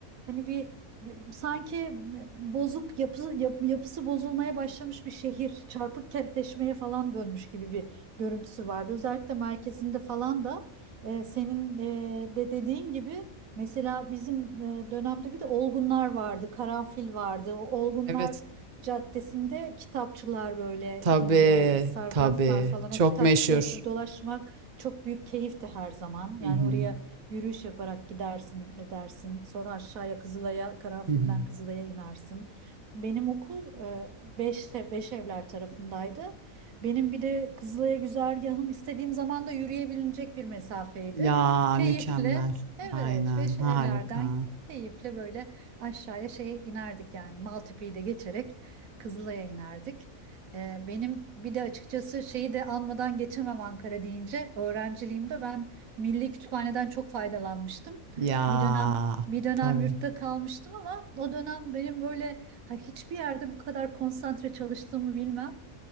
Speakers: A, on the right (about 75°); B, on the right (about 40°).
A: hani bir ya- sanki e, bozuk yapı, yap- yapısı bozulmaya başlamış bir şehir, çarpık kentleşmeye falan dönmüş gibi bir görüntüsü vardı. Özellikle merkezinde falan da e, senin e, de dediğin gibi mesela bizim e, dönemde bir de olgunlar vardı, karanfil vardı. O olgunlar
B: Evet.
A: caddesinde kitapçılar böyle
B: Tabii,
A: ikinci el sarraflar
B: tabii.
A: falan
B: Çok
A: o kitapçıları
B: meşhur.
A: dolaşmak çok büyük keyifti her zaman.
B: Hı
A: Yani
B: hı,
A: oraya yürüyüş yaparak gidersin edersin sonra aşağıya Kızılay'a Karanfil'den
B: hı hı.
A: Kızılay'a inersin. Benim okul e, Beşte, beş evler tarafındaydı. Benim bir de Kızılay'a güzergahım istediğim zaman da yürüyebilecek bir mesafeydi.
B: Ya
A: Keyifle
B: mükemmel.
A: evet
B: Aynen
A: beş
B: harika.
A: evlerden keyifle böyle aşağıya şeye inerdik yani Maltepe'yi de geçerek Kızılay'a inerdik. Ee, benim bir de açıkçası şeyi de almadan geçemem Ankara deyince öğrenciliğimde ben Milli Kütüphane'den çok faydalanmıştım.
B: Ya
A: Bir dönem bir dönem
B: tabii.
A: yurtta kalmıştım ama o dönem benim böyle ha, hiçbir yerde bu kadar konsantre çalıştığımı bilmem.